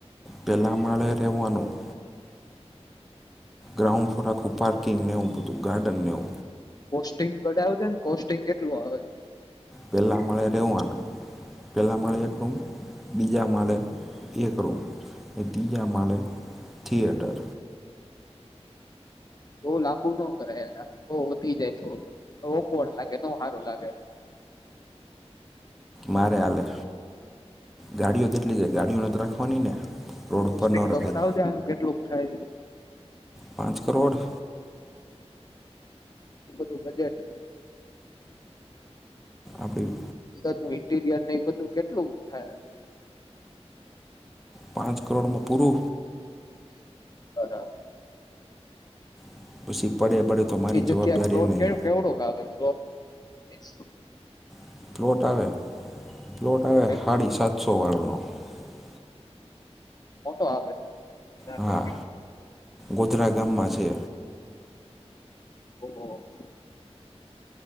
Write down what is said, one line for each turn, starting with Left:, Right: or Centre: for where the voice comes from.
Centre: પેલા માળે રવાનું ગ્રાઉન્ડ આખું પાર્કિંગનેવું બધું ગાર્ડનવ
Left: કોસ્ટિંગ કઢાવ છે ને કોસ્ટિંગ કેટલું આવે
Centre: પેલા મળે રહેવાનું પેલા મળે એક રૂમ બીજા માળે એક રૂમ ત્રીજા માળે થિયેટર
Left: બહ લાંબુ ન કરાયેલા બઉ વધી જાય થોડું ઓકોડ લાગે ન સારો લાગે
Centre: મારે હાલે ગાડીઓ જેટલી છે ગાડીઓને તો રાખવાની ને રોડ ઉપર
Left: પુિ
Centre: ન રખાય
Left: તો આવજ આનું કેટલુંક થાય
Centre: પાંચ કરોડ
Left: બધું બજેટ
Centre: અડી
Left: બધાું ઇન્ટીરિયર ને એ બધું કેટલું હાય
Centre: પાંચ કરોડમાં પૂરરો
Left: <unintelligible>
Centre: <inaudible> તો મારી
Left: ની જગ્યા
Centre: જવાબદારી
Left: પ્લોટ
Centre: નહીં
Left: કેવું કેવડું કે, આવે પ્લોટ. <inaudible>
Centre: <inaudible> <unintelligible>
Left: કેટલો <unintelligible> <inaudible>
Centre: હા ગોધરા ગામમાં છે.
Left: ઓહ! ઓહ.